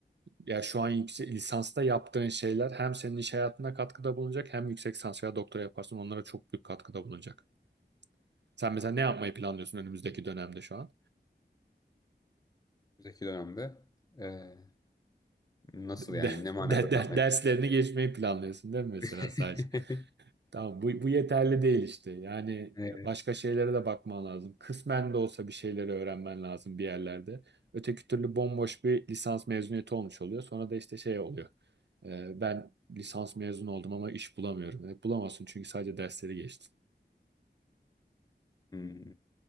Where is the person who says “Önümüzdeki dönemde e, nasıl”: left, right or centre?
Left